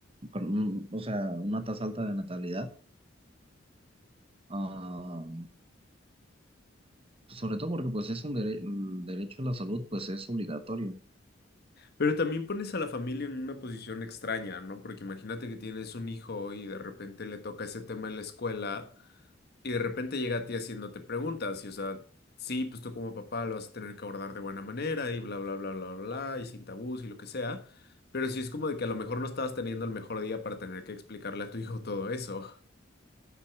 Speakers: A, on the right; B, on the left.
A: con un- o sea, una tasa alta de natalidad. Ah, pues sobre todo porque pues es un dere- el derecho a la salud, pues es obligatorio.
B: pero también pones a la familia en una posición extraña, ¿no? Porque imagínate que tienes un hijo y de repente le toca ese tema en la escuela. Y de repente llega a ti haciéndote preguntas, y o sea, sí, pues tú como papá lo vas a tener que abordar de buena manera, y bla, bla, bla, bla, bla, y sin tabús y lo que sea, pero sí es como de que a lo mejor no estabas teniendo el mejor día para tener que explicarle a tu <laughs> hijo todo eso.